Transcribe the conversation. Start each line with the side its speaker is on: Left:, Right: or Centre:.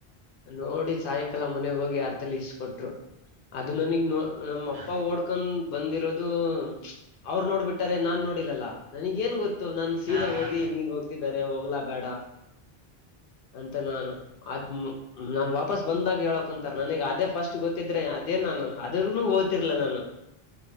Left: ನೋಡಿ ಸಾಯಂಕಾಲ ಮನೆಗ್ ಹೋಗಿ ಅರ್ತಲ್ಲಿ ಇಸ್ ಕೊೊಟ್ರು ಅದು ನನಗ್ ನೋ ನಮ್ಮ
Right: ಹಾ
Left: ಅಪ್ಪ ಓಡ್ಕೊಂಡ್ ಬಂದಿರೋದು ಅವರು ನೋಡ್ಬಿಟ್ಟಾರೆ ನಾನ್ ನೋಡಿಲ್ಲಲ್ಲಾ ನನಗ ಏನ್ ಗೊ ನಾನ್ ಸೀದ
Right: ಹಾ ಹಾ
Left: ಹೋಗಿಂಗಿ ಹೋಗ್ತ ಿದ್ದಾರೆ ಹೋಗ್ಲಾ ಬೇಡ ಅಂತ ನಾನು ಅದ್ ನಾನನ್ ವಾಪಸ್ ಬಂದಾಗ ಹೇಳಕ್ ಕುಂತಾರ ನನಗ ಅದೇ ಫಸ್ಟ್ ಗೊತ್ತಿದ್ರೆ ಅದೇ ನಾನು ಅದ್ರೂನು ಓ್ತಿರ್ಲ ನಾನು